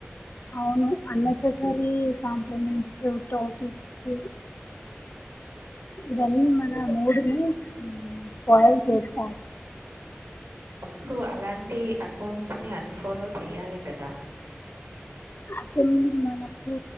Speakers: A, on the left; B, on the right.
A: అవును అన్నెసెసరీ కాంప్లిమెంట్స్ టాపిక్ ఇవన్నీ మన మూడుని స్పాయిల్ చేస్తాయి
B: అప్పుడు అలాంటి అకౌంట్స్ ని అన్ఫాలో చెయ్యాలి కదా
A: అసెంబ్లి మనకు